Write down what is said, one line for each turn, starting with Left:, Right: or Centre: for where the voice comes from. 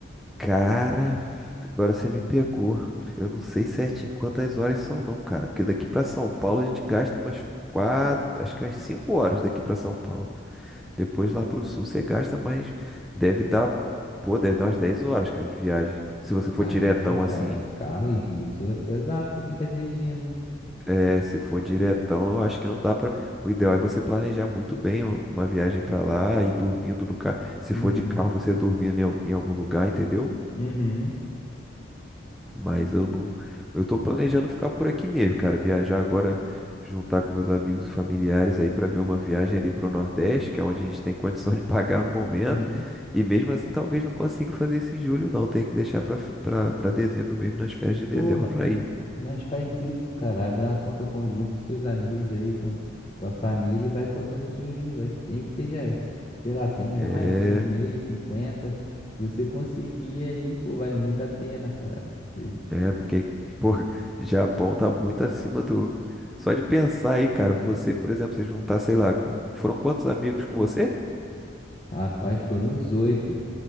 Centre: Cara. Agora você me pegou. Eu não sei certinho quantas horas são não, cara, porque daqui pra São Paulo a gente gasta umas quatro, acho que umas cinco horas daqui pra São Paulo. Depois lá pro sul você gasta mais, deve dar, pô, deve dar umas 10 horas, cara, de viagem. Se você for
Left: Caramba,
Centre: diretão
Left: cara,
Centre: assim,
Left: de carro, e e isso é pesado pra quem tá dirigindo, hein?
Centre: é, se for diretão, eu acho que não dá pra. O ideal é você planejar muito bem uma viagem pra lá e dormindo no carro. Se
Left: Uhum,
Centre: for de carro, você dormindo em al- em algum lugar, entendeu?
Left: uhum,
Centre: Mas eu não. Eu tô planejando ficar por aqui mesmo, cara. Viajar agora, juntar com meus amigos e familiares aí pra ver uma viagem ali pro Nordeste, que é onde a gente tem condição <laughs> de pagar no momento.
Left: uhum.
Centre: E mesmo assim, talvez não consiga fazer isso em julho, não. Tem que deixar pra, pra, pra dezembro mesmo, nas férias de dezembro
Left: Pô, ma-
Centre: pra ir.
Left: mas faz isso, cara. Abre uma conta conjunta com seus amigos aí, com, com a família e vai botando dinheirinho, vai, nem que seja, sei lá, cem reais
Centre: É,
Left: por mês, 50. Você conseguir aí, pô, vale muito a pena, cara. Você-
Centre: é porque, <laughs> pô, Japão tá muito acima do. Só de pensar aí, cara, você, por exemplo, se juntar, sei lá, com- foram quantos amigos com você?
Left: Rapaz, foram uns oito.